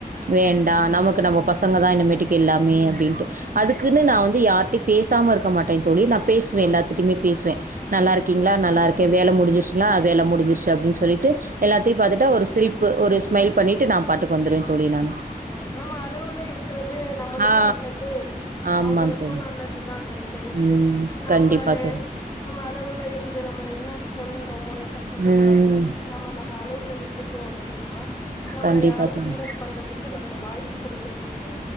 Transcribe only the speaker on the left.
ஆமா
ஆமா நம்ம அளவுல இருக்குறது நம்மளுக்கு
நல்லது
அவங்களுக்கு
நல்லதுதா எனக் தெருஞ்சு
நம்ம
நம்ம அளவுல இருந்து நம் ஒரு என்ன சொல்ணுமோ சொல்லக்கூடாதோ
நம்ம நம்ம அளவுல இருந்துட் டோ அப்டின்னா நம்மள
யாரும்
கிண்டல் பண்றது வாய்ப்பு குடுக்கறதுக்கு